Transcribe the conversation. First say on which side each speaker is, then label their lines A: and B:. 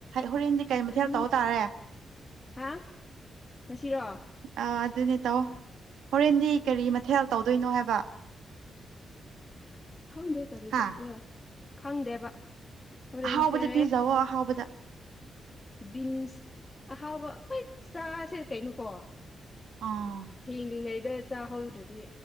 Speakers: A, on the right; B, on the left.
A: ꯍꯣꯔꯦꯟꯗꯤ ꯀꯩ
B: ꯇꯧꯔꯤꯅꯤ
A: ꯃꯊꯦꯜ ꯇ ꯇꯥꯔꯦ
B: ꯍꯥ ꯉꯁꯤꯔꯣ
A: ꯑ ꯑꯗꯨꯅꯦ ꯇꯧꯑꯣ ꯍꯣꯔꯦꯟꯗꯤ ꯀꯔꯤ ꯃꯊꯦꯜ ꯇꯧꯗꯣꯏꯅꯣ ꯍꯥꯏꯕ
B: ꯈꯪꯗꯦ ꯀꯔꯤ
A: ꯍꯥ
B: ꯇꯧꯁꯤꯔ ꯈꯪꯗꯦꯕ ꯍꯣꯔꯦꯟꯁꯦ
A: ꯑꯍꯥꯎꯕꯗ ꯄꯤꯖꯥꯋ ꯑꯍꯥꯎꯕꯗ
B: ꯕꯤꯟꯁ ꯑꯍꯥꯎꯕ ꯍꯣꯏ ꯆꯥꯁꯦ ꯀꯩꯅꯣꯀꯣ
A: ꯑꯥ_ _
B: ꯍꯤꯡꯂꯤꯉꯩꯗꯥ ꯆꯥꯍꯧꯗ꯭ꯔꯗꯤ